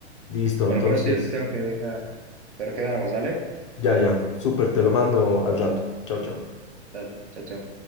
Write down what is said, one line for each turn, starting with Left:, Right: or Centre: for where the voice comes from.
Left: Listo,
Right: Bueno,
Left: entonces,
Right: con esto yo te tengo que dejar. Pero quedamos, ¿dale?
Left: ya, ya. Súper, te lo mando al rato. Chao, chao.
Right: Dale, chao, chao.